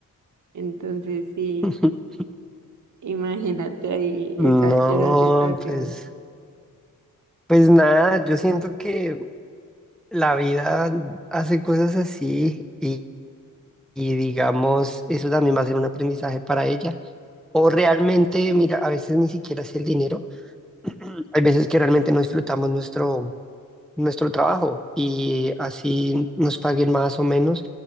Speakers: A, on the right; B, in the centre.
A: Entonces, sí,
B: <laughs>
A: imagínate ahí esa,
B: No,
A: esa situación.
B: pues, pues nada, yo siento que la vida hace cosas así y, y digamos, eso también va a ser un aprendizaje para ella. O realmente, mira, a veces ni siquiera es el dinero, hay veces que realmente no disfrutamos nuestro, nuestro trabajo y así nos paguen más o menos,